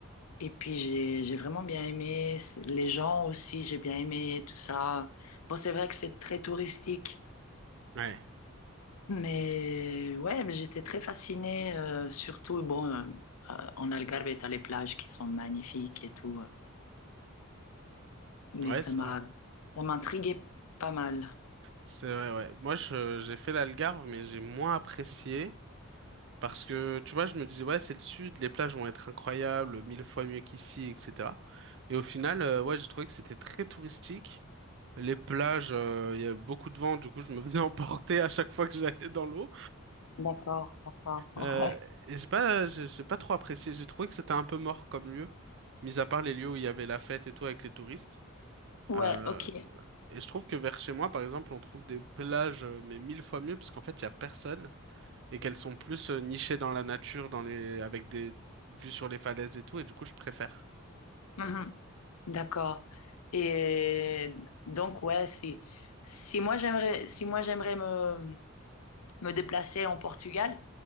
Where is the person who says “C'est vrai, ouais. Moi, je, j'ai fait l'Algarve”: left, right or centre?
Right